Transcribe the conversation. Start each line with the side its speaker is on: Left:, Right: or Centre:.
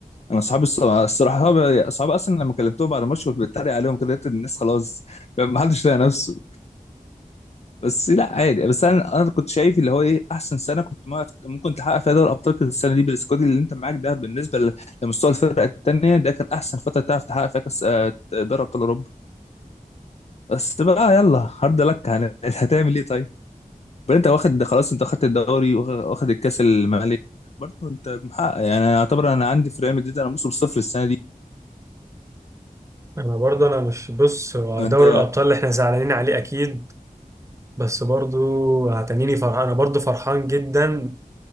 Left: انا اصحابي الص- الصراحه اصحابي أصحابي اصلا لما كلمتهم بعد الماتش كنت بتريق عليهم كده لقيت الناس خلاص ما حدش لاقي نفسه بس لا عادي بس انا انا كنت شايف اللي هو ايه احسن سنه كنت ما- ممكن تحقق فيها دوري ابطال كانت السنه دي بالسكواد اللي انت معاك ده بالنسبه ل- لمستوى الفرقه الثانيه ده كان احسن فتره تعرف تحقق فيها كاس آه، دوري ابطال اوروبا بس بقى يلا هارد لك هن- هتعمل ايه طيب بل انت واخد ده خلاص انت واخدت الدوري واخ- واخد الكاس الملك برضه انت محقق يعني انا اعتبر انا عندي في ريال مدريد انا موسم صفر السنه دي
Right: انا برضه انا مش بص هو
Left: انت
Right: دوري الابطال اللي احنا زعلانين عليه اكيد بس برضو هتنيني فرحان انا برضو فرحان جدا